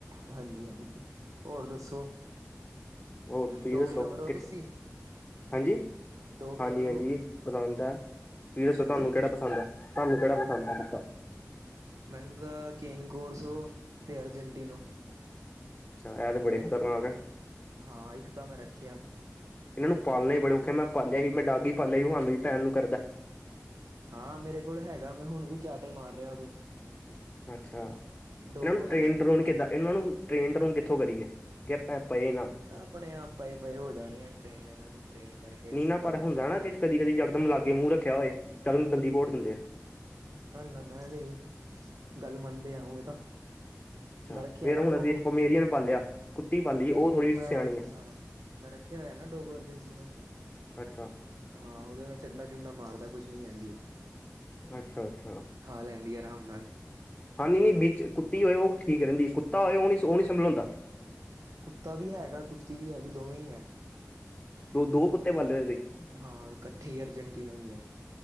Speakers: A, on the right; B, on the left.
A: ਹਾਂਜੀ, ਹਾਂਜੀ ਹੋਰ ਦੱਸੋ?
B: ਹੋਰ ਤੁਸੀਂ
A: ਡੋਗ
B: ਦੱਸੋ
A: ਲਵਰ ਹੋ
B: ਕਿੱਥੇ
A: ਤੁਸੀਂ?
B: ਹਾਂਜੀ,
A: ਡੋਗ
B: ਹਾਂਜੀ,
A: ਲਵਰ
B: ਹਾਂਜੀ
A: ਹੋ?
B: ਪਸੰਦ ਹੈ ਤੁਸੀ ਦੱਸੋ
A: ਹਾਂਜੀ
B: ਤੁਹਾਨੂੰ ਕਿਹੜਾ ਪਸੰਦ ਹੈ? ਤੁਹਾਨੂੰ ਕਿਹੜਾ ਪਸੰਦ ਹੈ ਕੁੱਤਾ?
A: ਮੈਨੂੰ ਤਾਂ ਕੇਨ ਕੋੋਰਸੋ ਤੇ ਅਰਜਨਟੀਨੋ।
B: ਅੱਛਾ ਇਹ ਤੇ ਬੜੀ ਖਤਰਨਾਕ ਹੈ।
A: ਹਾਂ, ਇੱਕ ਤਾਂ ਮੈਂ ਰੱਖਿਆ।
B: ਇਹਨਾਂ ਨੂੰ ਪਾਲਣੇ ਬੜੇ ਔਖੇ ਮੈਂ ਪਾਲਿਆ ਸੀ ਮੈਂ ਡਾਗੀ ਪਾਲਿਆ ਸੀ ਉਹ ਸਾਨੂੰ ਹੀ ਪੈਣ ਨੂੰ ਕਰਦਾ।
A: ਹਾਂ, ਮੇਰੇ ਕੋਲ ਹੈਗਾ ਮੈਂ ਹੁਣ ਵੀ ਚਾਟੇ ਮਾਰ ਰਿਹਾ ਉਹਦੇ।
B: ਅੱਛਾ,
A: ਡੋਗੋ
B: ਇਹਨਾਂ ਨੂੰ
A: ਹੈਗਾ
B: ਟ੍ਰੇਨਡ
A: ਮੇਰੇ
B: ਟਰੋਨਡ
A: ਪਾਸ।
B: ਕਿੱਦਾਂ ਇਹਨਾਂ ਨੂੰ ਟ੍ਰੇਨਡ ਟਰੋਨਡ ਕਿੱਥੋਂ ਕਰੀਏ? ਕਿ ਭੈ ਪਏ ਨਾ
A: ਆਪਣੇ ਆਪ ਪਏ ਪਏ ਹੋ ਜਾਣੇ ਆ ਟ੍ਰੇਨ ਇਹਨਾਂ ਨੂੰ ਟ੍ਰੇਨ ਕਰਕੇ
B: ਨੀ
A: ਅਸੀਂ
B: ਨਾ
A: ਭਗਤੀ
B: ਪਰ ਹੁੰਦਾ
A: ਕਰਾਣਾ।
B: ਨਾ ਕਿ ਕਦੀ ਕਦੀ ਯਕਦਮ ਲਾਗੇ ਮੂੰਹ ਰੱਖਿਆ ਹੋਏ ਜਕਦਮ ਦੰਦੀ ਪੋਟ ਦਿੰਦੇ ਆ
A: ਨਾ ਨਾ ਏਂਵੇ ਨੀ ਗੱਲ ਮੰਨਦੇ ਆ ਉਵੇ ਤਾਂ
B: ਅੱਛਾ
A: ਮੈਂ ਰੱਖਿਆ
B: ਫੇਰ
A: ਨਾ
B: ਹੁਣ
A: ਡੋਗੋ।
B: ਅਸੀਂ ਇੱਕ ਪਮੇਰੀਅਨ ਪਾਲਿਆ ਕੁੱਤੀ ਪਾਲੀ
A: ਨਹੀਂ
B: ਉਹ ਥੋੜ੍ਹੀ ਸਿਆਣੀ
A: ਮੈਂ
B: ਐ।
A: ਹਾਂ ਮੈਂ ਰੱਖਿਆ ਹੋਇਆ ਨਾ ਡੋਗੋ ਅਰਜਨਟੀਨੋ
B: ਅੱਛਾ,
A: ਹਾਂ ਉਹਦੇ ਮੈਂ ਚੰਡਾ ਚੁੰਡਾ ਮਾਰਦਾ ਕੁਛ ਨੀ ਕਹਿੰਦੀ ਉਹ
B: ਅੱਛਾ ਅੱਛਾ
A: ਖਾ ਲੈਂਦੀ ਹੈ ਆਰਾਮ ਨਾਲ
B: ਹਾਂਜੀ ਨਹੀਂ ਵਿੱਚ ਕੁੱਤੀ ਹੋਏ ਉਹ ਠੀਕ ਰਹਿੰਦੀ ਹੈ ਕੁੱਤਾ ਹੋਏ ਉਹ ਨਹੀਂ ਉਹ ਨਹੀਂ ਸੰਭਲਾਉਦਾ
A: ਕੁੱਤਾ ਵੀ ਹੈਗਾ ਕੁੱਤੀ ਵੀ ਹੈਗੀ ਦੋਵੇਂ ਹੀ ਹੈ
B: ਦੋ ਦੋ ਕੁੱਤੇ ਬਾਲੇ ਹੋਏ ਸੀ
A: ਹਾਂ ਇਕੱਠੇ ਹੀ ਅਰਜਨਟੀਨਾ ਹੀ ਹੈ